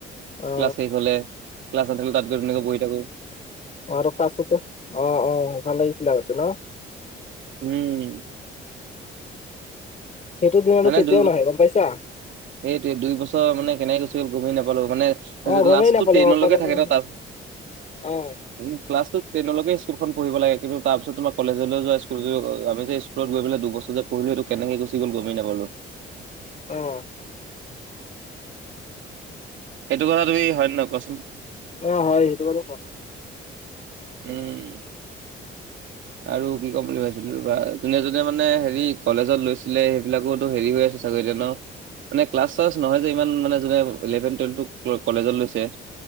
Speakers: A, on the left; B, on the right.
A: অ
B: ক্লাছ শেষ হলে, ক্লাছ নাথাকিলে তাত গৈ তেুনেকৈ বহি থাকোঁ।
A: অ', আৰু ক্লাছোতো অ, অ, ভাল লাগিছিলে আগতে ন'?
B: উম,
A: সেইটো দিন আৰু
B: মানে
A: কেতিয়াও
B: দুই
A: নাহে গম পাইছা?
B: সেইটোৱে দুই বছৰ মানে কেনেকে গুচি গল গমে নাপালো মানে
A: অ গমেই
B: লাষ্টটো
A: নাপালো
B: টেইন'লৈকে
A: অ পতকে
B: থাকে ন' তাৰ
A: অ
B: উম, ক্লাছটো টেইন'লৈকে স্কুলখন পঢ়িব লাগে তাৰপিছত তোমাক কলেজলৈ যোৱা স্কুল <unintelligible> আমি যে <unintelligible> পেলাই দুবছৰ যে পঢ়িলো কেনেকে গুছি গ'ল গমেই নাপালো।
A: অ',
B: এইটো কথা তুমি হয় নহয় কোৱাচোন?
A: অ', হয় সেইটো কথা হয়।
B: উম,
A: <unintelligible>
B: আৰু কি ক'ম বুলি ভাবছিলো ৰ'বা, যোনে যোনে মানে হেৰি কলেজত লৈছিলে সেইবিলাকতো হেৰি হৈ আছে <unintelligible> মানে ক্লাছ চাছ নহয় যে, ইমান মানে যোনে ইলেভেন টুৱেলভটো কলেজত লৈছে।